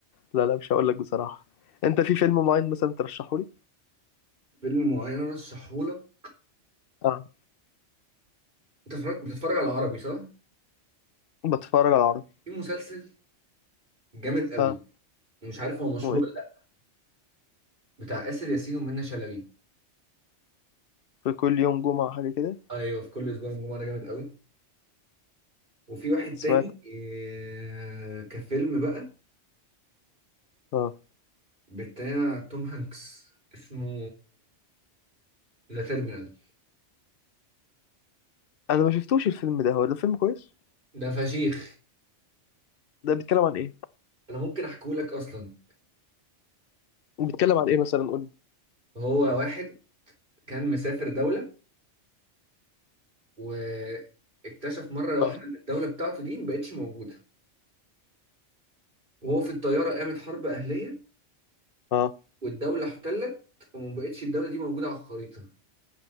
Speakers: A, on the left; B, on the right.
A: لا لا مش هقول لك بصراحة أنت في فيلم معين مثلا ترشحه لي؟
B: فيلم معين رشحهولك
A: أه
B: انت اتفرجت بتتفرج على عربي صح
A: بتفرج على عربي
B: في مسلسل جامد قوي
A: أه
B: ومش عارف هو مشهور
A: اسمه إيه؟
B: ولا لا بتاع آسر ياسين ومنى شلبي
A: في كل يوم جمعة حاجة كده
B: ايوه في كل اسبوع الجمعه ده جامد قوي وفي واحد
A: سمعت
B: تاني إيه كفيلم بقى
A: أه
B: بتاع توم هانكس اسمه ذا تيرمينال
A: أنا ما شفتوش الفيلم ده هو ده فيلم كويس؟
B: ده فشيخ
A: ده بيتكلم عن إيه؟
B: انا ممكن احكيه لك اصلا
A: بيتكلم عن إيه مثلا قول لي؟
B: هو واحد كان مسافر دولة واكتشف مرة واحدة
A: اه
B: إن الدولة بتاعته دي مبقتش موجودة وهو في الطيارة قامت حرب أهلية
A: اه
B: والدولة احتلت ومبقتش الدولة دي موجودة على الخريطة